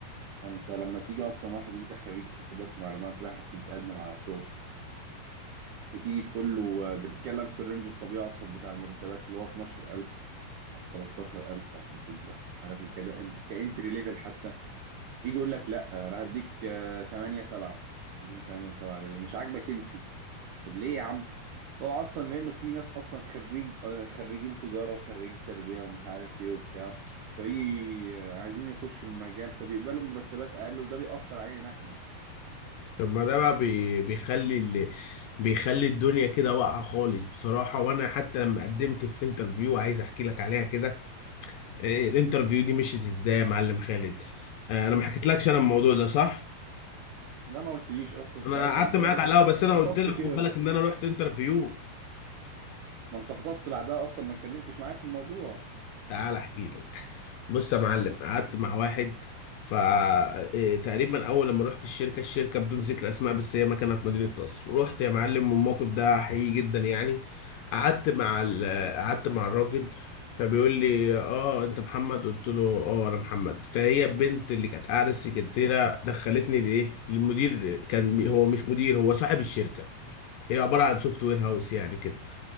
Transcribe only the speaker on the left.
طب ما ده بقى بي- بيخلي ال... بيخلي الدنيا كده واقعة خالص بصراحة وانا حتى لما قدمت في انترفيو عايز احكي لك عليها كده آه، الانترفيو دي مشيت ازاي يا معلم خالد آه، انا ما حكيتلكش انا الموضوع ده صح
انا
قعدت
معاك
على القهوة بس انا
قلت لك
خد بالك ان انا رحت انترفيو
تعال احكي لك بص يا معلم قعدت مع واحد فتقريبا اول لما رحت الشركه الشركه بدون ذكر اسماء بس هي مكانها في مدينه نصر رحت يا معلم والموقف ده حقيقي جدا يعني قعدت مع ال... قعدت مع الراجل فبيقول لي اه انت محمد قلت له اه انا محمد فهي البنت اللي كانت قاعده السكرتيره دخلتني لايه للمدير كان هو مش مدير هو صاحب الشركه هي عباره عن سوفت وير هاوس يعني كده